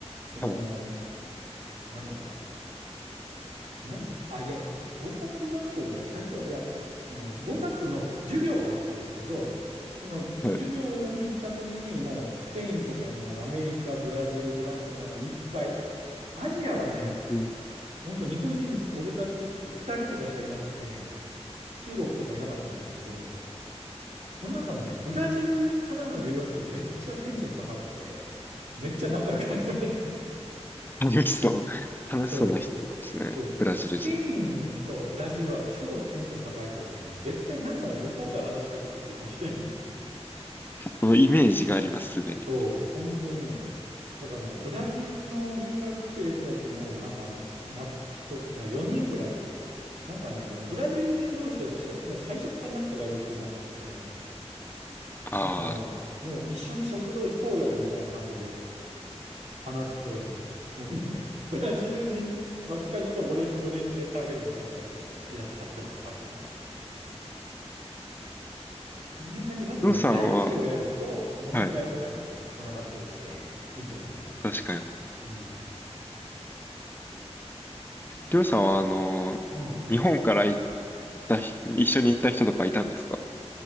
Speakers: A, on the right; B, on the left.
A: その、
B: はい、
A: なんだろうな。なんあ、いや、語学学校は最初は、いや、そあの、語学の授業があったんだけど、その授業に行った時にもうスペインとかもうアメリカ、
B: はい。
A: ブラジル、フランスもいっぱい、アジアはね、
B: うん、
A: 本当日本人、俺たち2人とかしかいなくて、中国とかいなかったんですけど、その中のね、ブラジルからの留学生めっちゃテンション高くて、めっちゃ仲良くなる。<laughs> ま
B: 楽しそう。楽しそうな人ですね。
A: そう、そう。
B: ブラジル人。
A: スペインとブラジルは超テンション高いからね、絶対なんなら向こうから話しかけてくるかもしれないね。
B: もうイメージがあります、すでに。
A: そう、本当にね。だからなんかブラジルの留学生たちのなんか、な、人が4人ぐらい、なんかね、もうブラジル人同士でそ、もう最初から仲が良くなってて、
B: ああ、
A: なんかもう、もう一緒に食堂行こうよみたいな感じで話して、もうなんか <laughs> ブラジル人ばっかりと俺、<laughs> 俺で食べるみたいなことがやっ、あってました、あったね。そんな感じで、まずランチをやると飲み会とかにもつながったりしていいと思うね。
B: りょうさんは、はい、確かに。
A: うん。
B: りょうさんは、あのー
A: うん。
B: 日本から行ったひ、一緒に行った人とかいたんですか